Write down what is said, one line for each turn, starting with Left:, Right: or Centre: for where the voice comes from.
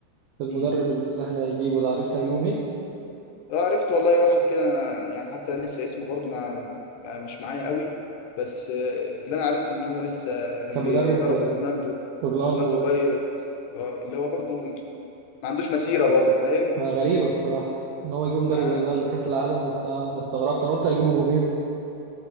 Right: في المدرب
Left: امم
Right: اللي الاهلي هيجيبه ده عرفت هيجيبه مين
Left: آه، عرفت والله واحد كده أنا يعني حتى لسه اسمه برضو ما ما- مش معايا قوي بس أه، اللي انا عرفته ان هو لسه كان
Right: كان
Left: بيدرب
Right: مدرب آه،
Left: رونالدو
Right: رونالدو
Left: رونالدو بايرت أه، اللي هو برضو ما عندوش مسيره برضو فاهم
Right: آه، غريبة الصراحة ان هو يجيبوا مدرب
Left: يعني
Right: زي ده لكأس العالم وبتاع انا استغربت انا قلت هيجيبوا جوميز